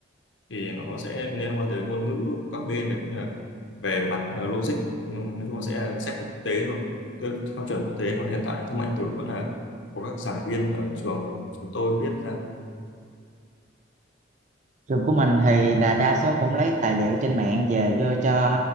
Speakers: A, on the left (about 80°); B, on the right (about 40°).
A: thì nó sẽ liên quan tới ngôn ngữ các bên này cũng như là về mặt ờ, logic ừm, nói chung là sẽ là sách của quốc tế thôi Tư- theo chuẩn quốc tế còn hiện tại thương mại điện tử vẫn là của các giảng viên ở trường chúng tôi viết ra
B: Trường của mình thì là đa số cũng lấy tài liệu trên mạng về đưa cho